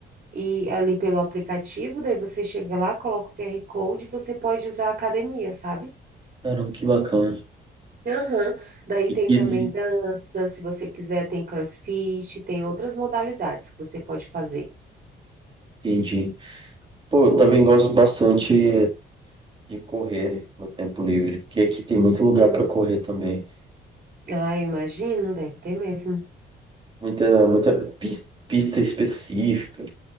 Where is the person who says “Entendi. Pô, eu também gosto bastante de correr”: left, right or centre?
Right